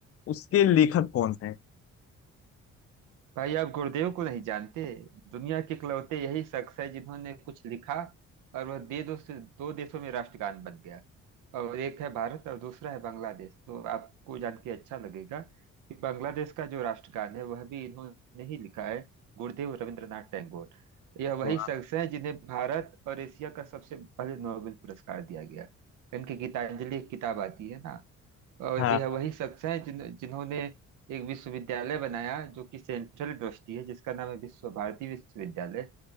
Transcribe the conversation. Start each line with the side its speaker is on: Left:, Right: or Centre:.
Left: उसके लेखक कौन है
Right: भाई आप गुरुदेव को नहीं जानते दुनिया के इकलौते यही शख्स है जिन्होंने कुछ लिखा और वह दे दो से दो देशों में राष्ट्रगान बन गया और एक है भारत और दूसरा है बांग्लादेश तो आपको जान के अच्छा लगेगा कि बांग्लादेश का जो राष्ट्रगान है वह भी इन्होंने ही लिखा है गुरुदेव रविंद्रनाथ टैगोर यह वही
Left: वाह।
Right: शख्स है जिन्हें भारत और एशिया का सबसे पहले नोबेल पुरस्कार दिया गया इनकी गीतांजलि एक किताब आती है ना और
Left: हाँ
Right: यह वही शख्स हैं जिन जिन्होंने एक विश्वविद्यालय बनाया जो कि सेंट्रल यूनिवर्सिटी है जिसका नाम है विश्व भारती विश्वविद्यालय